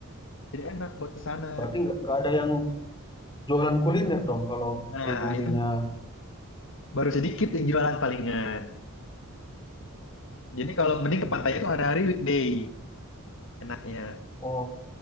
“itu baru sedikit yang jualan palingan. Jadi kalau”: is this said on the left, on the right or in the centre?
Left